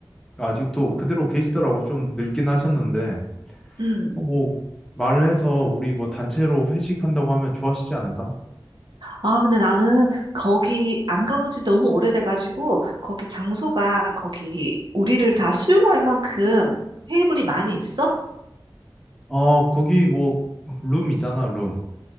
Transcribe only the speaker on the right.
응.
아, 근데 나는 거기 안 가본 지 너무 오래돼가지고, 거기 장소가 거기 우리를 다 수용할 만큼 테이블이 많이 있어?